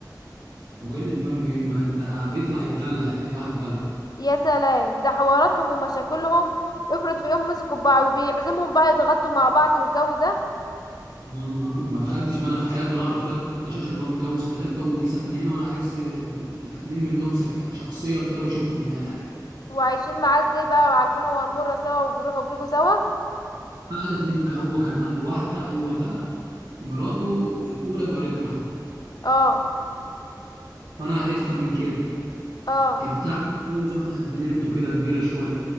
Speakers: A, on the right; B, on the left.
A: هو إيه اللي دماغ منين ما ده بيطلع يتدلع تلاقيه أحلى دلع
B: يا سلام ده حواراتهم ومشاكلهم افرض في يوم مسكوا بعض وبيعزمهم بقى يتغدوا مع بعض والجو ده
A: لا، ما ما دخلتش بقى انا في حياته انا اعرف كده تشاش اللي هو متجوز ثلاثه ودي ساكنه هنا وانا عارف س... اتنين منهم ساكنه شخصيا كده بشوفهم يعني عارفهم
B: وعايشين معاه ازاي بقى على الحلوة والمرة سوا وبيروحوا وبيجوا سوا
A: قعدت ليه مك- هو كان عنده واحده هو ده مراته الاولى جارتنا احنا
B: اه
A: فانا عرفنا من كده
B: اه
A: التالت اتجوز واحده قد بنته كده كبيره شويه